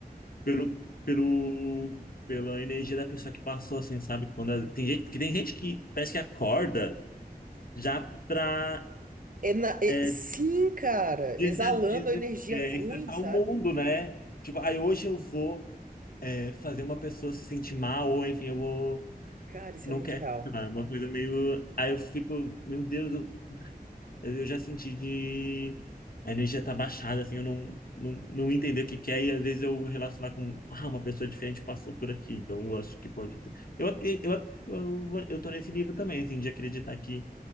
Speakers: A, on the left; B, on the right.
A: pelo, pelo, pela energia da pessoa que passou, assim, sabe? Quando ela- tem gente, porque tem gente que parece que acorda já pra
B: É na- é-
A: é,
B: sim, cara.
A: des-
B: Exalando
A: des-
B: a energia
A: é,
B: ruim,
A: estressar
B: sabe?
A: o mundo, né? Tipo, aí hoje eu vou é, fazer uma pessoa se sentir mal, ou enfim, eu vou.
B: Cara, isso
A: Não
B: é muito
A: quero,
B: real.
A: sei lá, é uma coisa meio. Aí eu fico, meu Deus, eu Eu já senti de... A energia tá baixada, assim, eu não, não, não entender o que que é. E às vezes eu relacionar com... Ah, uma pessoa diferente passou por aqui. Então eu acho que pode ter... Eu, até- eu, eu, eu tô nesse livro também, assim, de acreditar que